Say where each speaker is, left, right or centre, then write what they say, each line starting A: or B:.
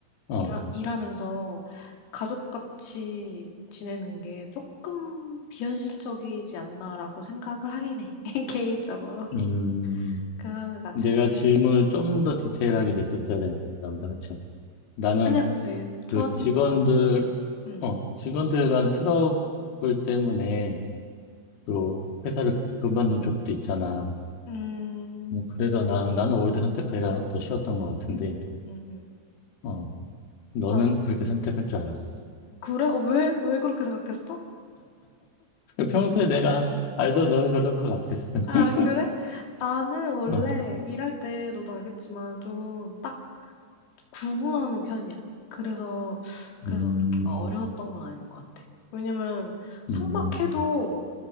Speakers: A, on the left; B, on the left.
A: 어,
B: 일하, 일하면서 가족같이 지내는 게 조금 비현실적이지 않나라고 생각을 하긴 해. <laughs> 개인적으로.
A: 음,
B: 그래가지고.
A: 내가 질문을 좀 더 디테일하게 냈었어야 된다 보다, 그치? 나는
B: 아니야, 근데
A: 그
B: 좋았는지
A: 직원들,
B: 좋았어. 음.
A: 어, 직원들 간 트러블 때문에 또 회사를 그만둔 쪽도 있잖아.
B: 음.
A: 뭐 그래서 나는, 나는 오히려 선택하기가 더 쉬웠던 것 같은데,
B: 음. 음. 음.
A: 어, 너는
B: 난
A: 그렇게 선택할 줄 알았어.
B: 그래? 어, 왜? 왜 그렇게 생각했어?
A: 평소에 내가 알던 너는 그럴 것 같았어. <laughs>
B: 아, 그래? 나는 원래
A: 어,
B: 일할 때 너도 알겠지만 좀 딱 구분하는 편이야. 그래서 그래서
A: 음,
B: 그렇게 막 어려웠던 건 아닌 것 같아. 왜냐면 상박해도
A: 음,